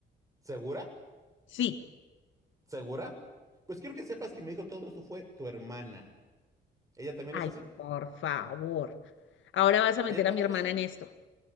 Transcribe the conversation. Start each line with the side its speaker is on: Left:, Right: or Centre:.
Right: ¿Segura?
Left: Sí.
Right: ¿Segura? Pues quiero que sepas que me dijo todo esto fue tu hermana. ¿Ella también
Left: Ay,
Right: es así?
Left: por favor. Ahora vas a meter
Right: ¿Ella también
Left: a mi hermana
Right: es así?
Left: en esto.